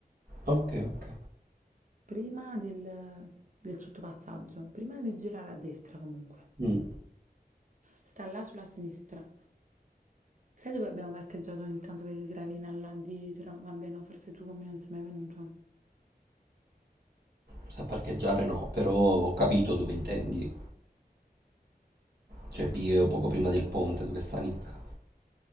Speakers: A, on the right; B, on the right.
A: Ok, ok.
B: prima del, del sottopassaggio, prima di girare a destra comunque.
A: Mm,
B: Sta là sulla sinistra. Sai dove abbiamo parcheggiato ogni tanto per il gravina là dietro? Vabbè, no, forse tu con me non sei mai venuto.
A: sa parcheggiare no, però ho capito dove intendi. Cioè, Pio, poco prima del ponte, dove sta Nick.